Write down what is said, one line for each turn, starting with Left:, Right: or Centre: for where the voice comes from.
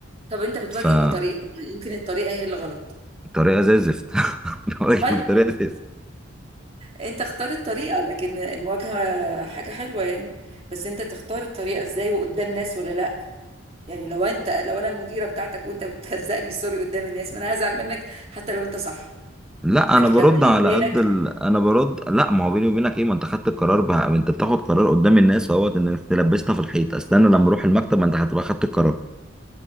Right: طب انت بتواجه
Centre: له
Right: بطريقة يمكن الطريقة هي اللي غلط
Centre: بطريقه زي الزفت <laughs> بواجه
Right: طيب
Centre: بطريقه زي الزفت
Right: انت اختار الطريقة لكن المواجهة حاجة حلوة يعني بس انت تختار الطريقة ازاي وقدام ناس ولا لا يعني لو انت لو انا المديرة بتاعتك وانت بتهزقني سوري قدام الناس ما انا هزعل منك حتى لو انت صح
Centre: لا
Right: لكن
Centre: انا برد
Right: لو بيني
Centre: على
Right: وبينك
Centre: قد ال... انا برد لا ما هو بيني وبينك ايه ما انت خدت القرار بقى انت بتاخد قرار قدام الناس اهوت انك تلبسنا في الحيط استنى لما اروح المكتب ما انت هتبقى خدت القرار